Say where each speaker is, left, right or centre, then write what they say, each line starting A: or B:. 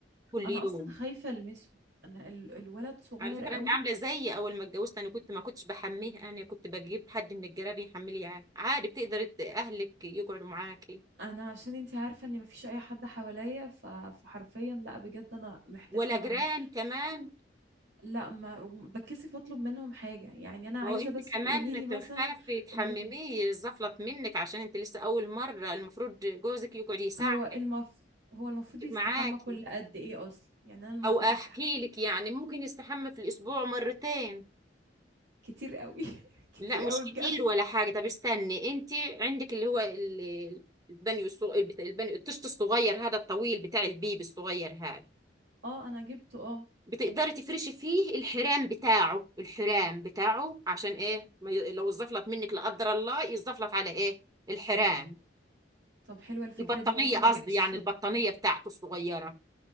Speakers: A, on the right; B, on the right.
A: كل
B: انا
A: يوم
B: اصلا خايفه المسه انا ال- الولد صغير
A: على فكرة
B: قوي
A: انت عاملة زيي اول ما اتجوزت انا كنت ما كنتش بحميه انا كنت بجيب حد من الجيران يحملي يعني عادي بتقدر ت- اهلك يقعدوا معاكي
B: انا عشان انتي عارفه ان مفيش اي حد حواليا ف- فحرفيا لا بجد انا محتاسه
A: ولا
B: معاه
A: جيران كمان
B: لا ما بتكسف اطلب منهم حاجه يعني انا
A: ما
B: عايزه
A: هو انت
B: بس تقولي
A: كمان
B: لي مثلا
A: تخافي تحمميه
B: اللي
A: يزفلط منك عشان انت لسه اول مرة المفروض جوزك يقعد يساعدك
B: هو المف هو المفروض يستحمى
A: معاكي
B: كل قد ايه اصلا يعني انا المفروض
A: او احكي
B: استحمى
A: لك يعني ممكن يستحمى في الاسبوع مرتين
B: كتير قوي <laughs> كتير
A: لا مش
B: قوي
A: كتير
B: بجد
A: ولا حاجة طب استني انت عندك اللي هو ال- البانيو الصغ... البت- البانيو الطشت الصغير هذا الطويل بتاع البيبي الصغير هذا
B: اه انا جبته اه
A: بتقدري تفرشي فيه الحرام بتاعه الحرام بتاعه عشان ايه ما ي... لو الزفلت منك لا قدر الله يزفلت على ايه الحرام
B: طب حلوه الفكره
A: البطانية
B: دي والله
A: قصدي
B: ما جاتش
A: يعني البطانية بتاعته الصغيرة